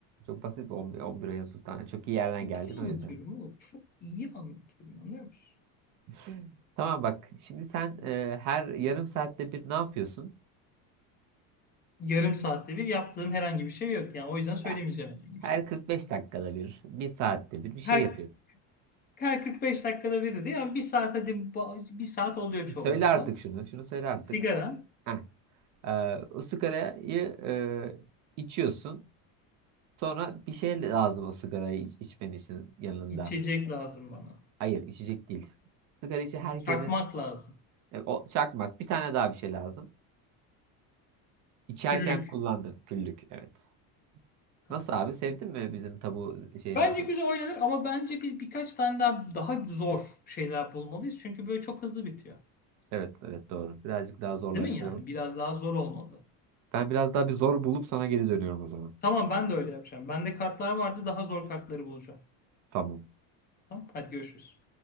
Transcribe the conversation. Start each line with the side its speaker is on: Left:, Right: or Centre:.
Right: Çok basit 11 ayın sultanı. Çok iyi yerden
Left: Çok
Right: geldin
Left: iyi
Right: o
Left: anlatıyorum
Right: yüzden.
Left: oğlum. Çok iyi anlatıyorum anlıyor musun?
Right: <laughs> Tamam bak. Şimdi sen e, her yarım saatte bir ne yapıyorsun?
Left: Yarım saatte bir yaptığım herhangi bir şey yok. Yani o yüzden söylemeyeceğim
Right: Eh,
Left: herhangi bir
Right: Her
Left: şey.
Right: 45 dakikada bir, bir saatte bir bir şey
Left: Her,
Right: yapıyorsun.
Left: her 45 dakikada biri değil ama bir saat hadi ba- bir saat oluyor çoğunlukla.
Right: Söyle artık şunu. Şunu söyle artık.
Left: Sigara,
Right: Heh. Ee, o sigarayı e, içiyorsun. Sonra bir şey lazım o sigarayı iç, içmen için yanında.
Left: içecek lazım bana.
Right: Hayır, içecek değil. Sigara içi herkesin
Left: Çakmak lazım.
Right: e, o çakmak bir tane daha bir şey lazım. İçerken
Left: Küllük.
Right: kullandın küllük. Evet.
Left: Tamam.
Right: Nasıl abi? Sevdin mi bizim tabu şeyimizi?
Left: Bence güzel oynanır ama bence biz birkaç tane daha daha zor şeyler bulmalıyız. Çünkü böyle çok hızlı bitiyor.
Right: Evet, evet doğru. Birazcık daha zorlaştıralım.
Left: Değil mi yani? Biraz daha zor olmalı.
Right: Ben biraz daha bir zor bulup sana geri dönüyorum o zaman.
Left: Tamam ben de öyle yapacağım. Bende kartlar vardı. Daha zor kartları bulacağım.
Right: Tamam.
Left: Tamam hadi görüşürüz.